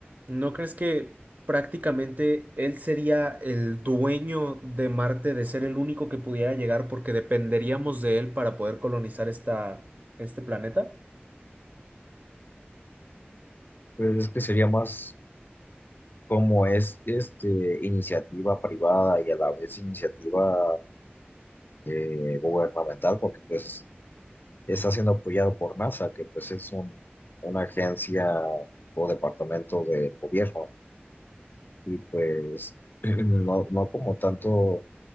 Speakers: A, on the right; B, on the left.
A: ¿No crees que prácticamente él sería el dueño de Marte, de ser el único que pudiera llegar porque dependeríamos de él para poder colonizar esta, este planeta?
B: pues es que sería más como es este, iniciativa privada y a la vez iniciativa eh, gubernamental, porque pues está siendo apoyado por NASA, que pues es un, una agencia o departamento del gobierno, y pues <clears throat> no, no como tanto